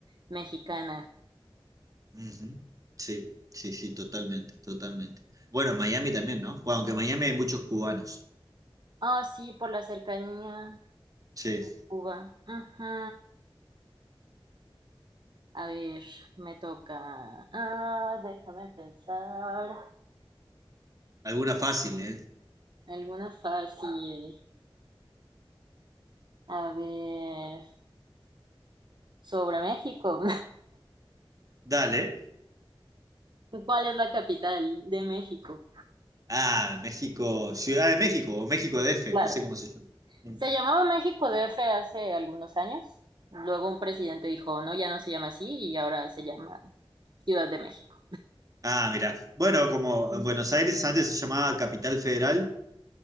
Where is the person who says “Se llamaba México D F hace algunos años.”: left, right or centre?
Right